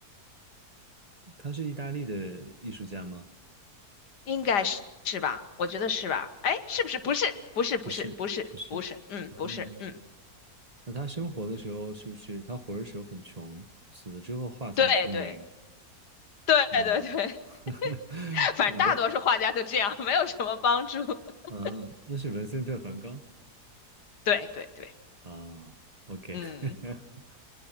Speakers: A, on the right (about 25°); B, on the left (about 85°).
A: 他是意大利的艺术家吗？
B: 应该是是吧？我觉得是吧？哎，是不是？不是，不是，
A: 不是，
B: 不是，不是，
A: 不是，
B: 不是，嗯，
A: 嗯，
B: 不是，嗯，
A: 那他生活的时候是不是他活着时候很穷，死了之后画才出名？
B: 对对对对对，
A: 嗯，<laughs>
B: <laughs> 反正大多数画家都这样，
A: 文，
B: 没有什么帮助。<laughs>
A: 嗯，那是文森特·梵高
B: 对对对，
A: 啊，OK，
B: 嗯，
A: <laughs>